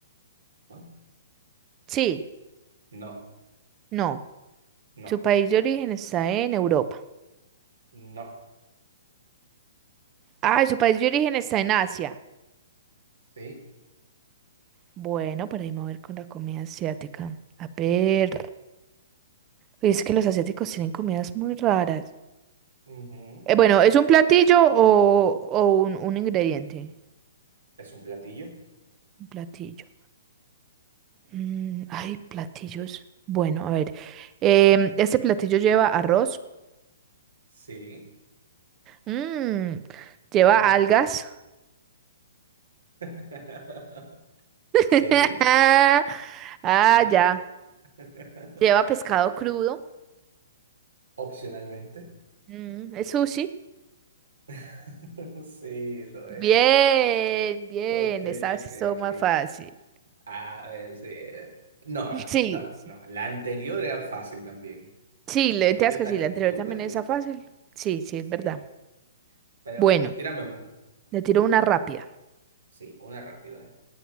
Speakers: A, on the right (about 75°); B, on the right (about 25°).
A: ¿No?
B: Sí,
A: No,
B: no.
A: no,
B: Su país de origen está en Europa.
A: no.
B: Ah, su país de origen está en Asia.
A: Sí.
B: Bueno, para ahí me voy a ir con la comida asiática. A ver. Uy, Es que los asiáticos tienen comidas muy raras.
A: ujú.
B: Eh, bueno, ¿es un platillo o, o un, un ingrediente?
A: ¿Es un platillo?
B: Un platillo. Mm, ay, platillos. Bueno, a ver. em, este platillo lleva arroz.
A: Sí.
B: Mm, lleva
A: Mm.
B: algas.
A: <laughs>
B: <laughs>
A: Sí,
B: Ah,
A: sí.
B: ya.
A: <laughs>
B: Lleva pescado crudo.
A: Opcionalmente.
B: Mm, es sushi.
A: <laughs> Sí, lo era.
B: Bien, bien.
A: Ok,
B: Esta vez
A: ok,
B: todo
A: ok.
B: más fácil.
A: A ver, sí. eh, No,
B: Sí,
A: no,
B: sí.
A: no. La anterior era fácil también.
B: Sí, le
A: La que
B: te das
A: yo, la
B: que sí,
A: que
B: la anterior
A: tú
B: también
A: perdiste.
B: es fácil. Sí, sí,
A: Sí.
B: es verdad.
A: Pero
B: Bueno,
A: bueno, tírame una.
B: le tiro una rápida.
A: Sí, una rápida. ¿eh?